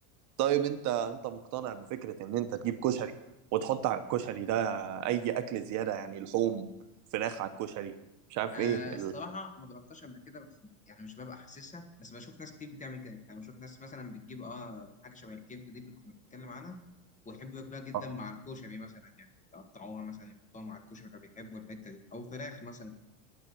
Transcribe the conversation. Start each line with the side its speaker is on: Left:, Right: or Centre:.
Right: طيب انت انت مقتنع بفكرة ان انت تجيب كشري وتحط على الكشري ده اي اكل زيادة يعني لحوم فراخ على الكشري مش عارف
Left: آه
Right: ايه ال...
Left: الصراحه ما جربتهاش قبل كده بس يعني مش ببقى حاسسها بس بشوف ناس كتير بتعمل كده يعني بشوف ناس مثلا بتجيب اه حاجه شبه الكبده دي اللي كنا بنتكلم عنها ويحبوا ياكلوها جدا
Right: <laughs>
Left: مع الكشري مثلا يعني يقطعوها مثلا يحطوها مع الكشري فبيحبوا الحته دي او فراخ مثلا